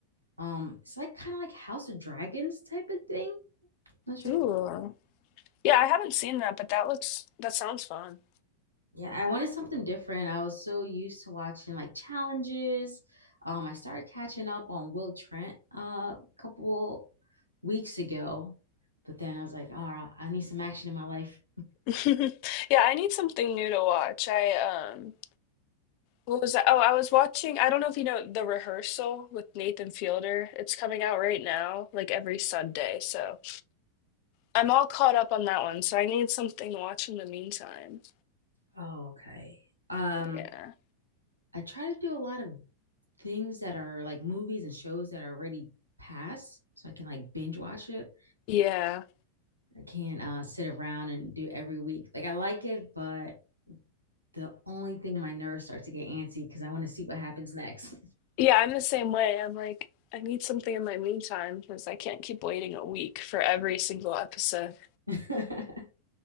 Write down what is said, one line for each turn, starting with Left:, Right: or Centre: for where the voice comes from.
Right: Um, it's like kind of like House of Dragons type of thing. Not sure.
Left: cool.
Right: if
Left: Yeah, I haven't seen that, but that looks that sounds fun.
Right: Yeah, I wanted something different. I was so used to watching like challenges. Um, I started catching up on Will Trent uh, a couple weeks ago, but then I was like, oh, I need some action in my life.
Left: <laughs> Yeah, I need something new to watch. I um what was that? Oh, I was watching, I don't know if you know The Rehearsal with Nathan Fielder. It's coming out right now, like every Sunday. So I'm all caught up on that one, so I need something to watch in the meantime.
Right: Oh, okay. Um,
Left: Yeah.
Right: I try to do a lot of things that are like movies and shows that are already past, so I can like binge watch it.
Left: Yeah.
Right: I can't uh, sit around and do every week. Like I like it, but the only thing my nerves start to get antsy because I want to see what happens next.
Left: Yeah, I'm the same way. I'm like, I need something in my meantime because I can't keep waiting a week for every single episode.
Right: <laughs>